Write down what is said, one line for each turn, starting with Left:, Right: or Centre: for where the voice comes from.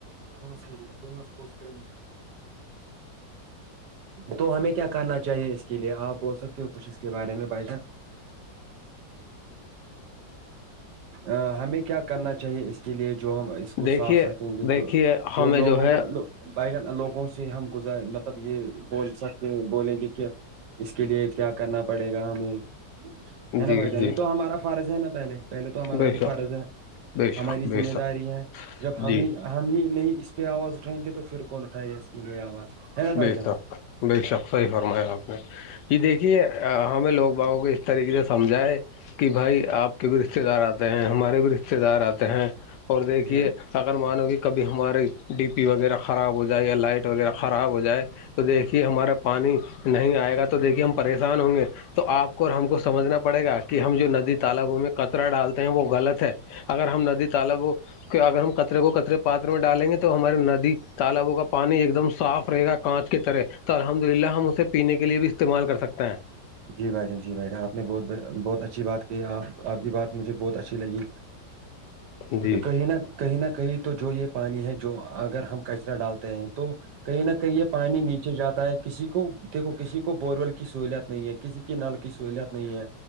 Right: ہپس کریں گے تو ہمیں کیا کرنا چاہیے اس کے لیے آپ بول سکتے ہو کچھ اس کے بارے میں بھائی جان
Left: ہ
Right: ا ہمیں کیا کرنا چاہیے اس کے لیے جو ہم اس کو
Left: دیکھیے
Right: صاف رکھیں گے
Left: دیکھیے
Right: تو
Left: ہمیں
Right: تو لوگوں
Left: جو ہے
Right: کوو بائڈن لوگوں سے ہم گزار مطلب یہ بول سکتے ہیں بولیں گے کہ اس کے لیے کیا کرنا پڑے گا ہمیں ہے نا
Left: جی
Right: بھائی جان
Left: جی
Right: یہ تو ہمارا فرض ہے نا پہلے پہلے تو ہمارا
Left: بے
Right: یہ
Left: شک
Right: فرض ہے
Left: بے
Right: ہماری
Left: شک بے
Right: ذمہ
Left: شک
Right: داری ہے جب ہمیں
Left: جی
Right: ہم یہ نہیں اس پہ آواز اٹھائیں گے تو پھر کون اٹھائےیں گا اس کے لیے آواز ہے نا
Left: بے
Right: بھائی جان
Left: شک بے شک صحیح فرمایا آپ نے ج دیکھیے ہمیں لوگ بابوں کو اس طریقے سے سمجھائے کہ بھائی آپ کے بھی رشتے دار آتے ہیں ہمارے بھی رشتے دار آتے ہیں اور دیکھیے
Right: جی بھائی
Left: اگر مانو کہ کبھی ہمارے ڈی پی وغیرہ خراب ہو جائے یا لائٹ وغیرہ خراب ہو جائے تو دیکھیے ہمارا پانی نہیں آئے گا تو دیکھیے ہم پریشان ہوں گے تو آپ کو اور ہم کو سمجھنا پڑے گا کہ ہم جو ندی تالابوں میں کطرا ڈالتے ہیں وہ غلط ہے اگر ہم ندی تالاب کے اگر ہم کطرے کو کطرے پات میں ڈالیں گے تو ہماراری ندی تالابوں کا پانی ایک دم صاف رہے گا کانچ کے طرح تو الحمد للہ ہم اسے پینے کے لیے بھی استعمال کر سکتے ہیں
Right: جی بھائی جان جی بھائی جان آپ نے بہت بہت اچھی بات کی آپ آپ کی بات مجھے بہت اچھی لگی
Left: <unintelligible> <inaudible> جی
Right: کہیں نہ کہیں نہ کہیں تو جو یہ پانی ہے جو اگر ہم کچرا ڈالتے ہیں تو کہیں نہ کہیں یہ پانی نیچے جاتا ہے کسی کو دیکھو کسی کو بورول سہولت نہیں ہے کسی کے نل کی سہولت نہیں ہے